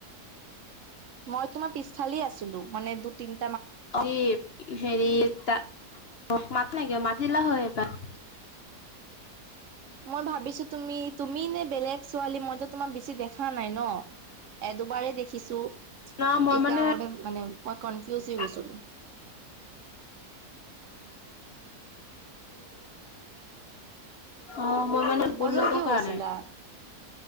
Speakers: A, on the right; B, on the left.
A: মই তোমাৰ পিছফালে আছিলো মানে দু তিন,
B: এই হেৰি ত মাত নাই কিয় মাত দিলা হয় এবাৰ।
A: মই ভাবিছো তুমি তুমি নে বেলেগ ছোৱালী মইতো তোমাক বেছি দেখা নাই ন? এ, দুবাৰেই দেখিছো।
B: ন মই
A: এইকাৰণে
B: মানে
A: মানে মই
B: <unintelligible> <unintelligible>
A: হৈ গৈছিলো
B: অ, মই মানে পোৰ
A: বজাৰ
B: লোকৰ
A: কিয়
B: কাৰণে
A: গৈছিলা